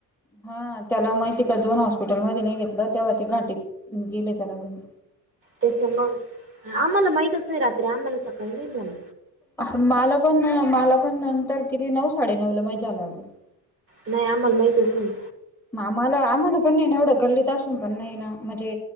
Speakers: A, in the centre; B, on the right.
A: हा त्याला मग तिक दोन हॉस्पिटल मध्ये नाइ घेतलं तेवा ती घाटीत गेले त्याला दोन
B: त्याच अन मंग आमाला माहितच नाइ रात्री आम्हाला सकाळी माइतजाल
A: आ ह मला पण मला पण नंतर किती नऊ साडे नऊला महिज जाल अगं
B: नाय आमाला माहितच नाई
A: म आमाला आम्हाला पण नाइ ना एवड गल्लीत असून पण नाइ ना म्हणजे